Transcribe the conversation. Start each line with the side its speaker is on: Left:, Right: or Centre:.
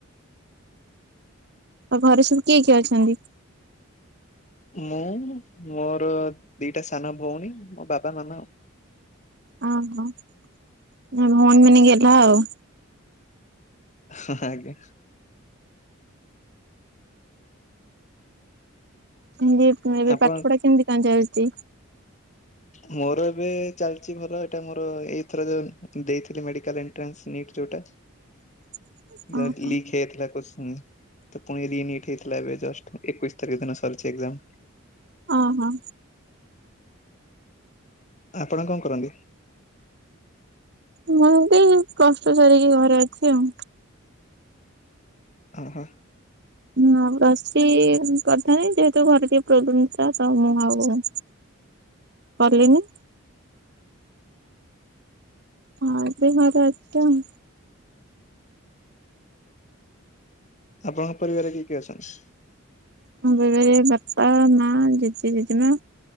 Right: ଆଉ ଘରେ ସବୁ କିଏ କିଏ ଅଛନ୍ତି?
Left: ମୁଁ ମୋର ଦିଟା ସାନ ଭଉଣୀ ମୋ ବାବା ମାମା ଆଉ।
Right: ଓହୋ ଭଉଣୀ ମାନେ ଗେହ୍ଲା ଆଉ।
Left: ହଁ ହଁ ଆଜ୍ଞା।
Right: କେମିତି ଏବେ
Left: ଆପଣ
Right: ପାଠ ପଢା କେମିତି କଣ ଚାଲିଛି?
Left: ମୋର ଏବେ ଚାଲିଛି ଭଲ ଏଟା ମୋର ଏଇଥର ଯୋଉ ଦେଇଥିଲି ମେଡିକାଲ ଏର୍ଣ୍ଟାନ୍ସ ନିଟ୍ ଯୋଉଟା।
Right: <inaudible>
Left: ଯ
Right: ଓହୋ
Left: ଲିକ୍ ହେଇଯାଇଥିଲା କଶ୍ଚିନ୍ ଯୁ ତ ପୁଣି ରିି ନିଟ ହେଇଥିଲା ଏବେ ଜଷ୍ଟ ଏକୋଇଶ ତାରିଖ ଦିନ ସରଛି ଏକ୍ଜାମ।
Right: ଓହୋ।
Left: ଆପଣ କଣ କରନ୍ତି?
Right: ମୁଁ ବି ପ୍ଲଷ୍ଟୁ ସାରିକି ଘରେ ଅଛି ଆଉ।
Left: ଓହୋ।
Right: ମୁଁ ପ୍ଲସ ଥ୍ରି କରିଥାନ୍ତି ଯେହେତୁ ଘରେ ଟିକେ ପ୍ରୋବ୍ଲେମ ଥିଲା ତ ମୁଁ ଆଉ କଲିନି ହଁ ଏବେ ଘରେ ଅଛି ଆଉ
Left: ଆପଣଙ୍କ ପରିବାରରେ କିଏ କିଏ ଅଛନ୍ତି?
Right: ଆମ ପରିବାରେ ବାପା ମା ଜେଜେ ଜେଜେମା